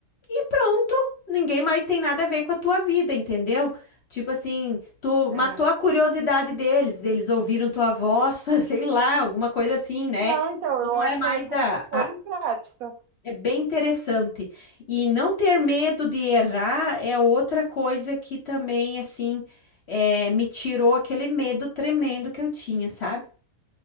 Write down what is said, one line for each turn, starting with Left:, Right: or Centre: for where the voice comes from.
Left: e pronto. Ninguém mais tem nada a ver com a tua vida, entendeu? Tipo assim, tu
Right: É.
Left: matou a curiosidade deles, eles ouviram tua voz, <laughs> sei lá, alguma coisa assim, né?
Right: Não, então,
Left: Tu
Right: eu
Left: não
Right: acho
Left: é mais
Right: que eu vou começar
Left: a,
Right: a pôr
Left: a,
Right: em prática.
Left: é bem interessante. E não ter medo de errar é outra coisa que também, assim, é, me tirou aquele medo tremendo que eu tinha, sabe?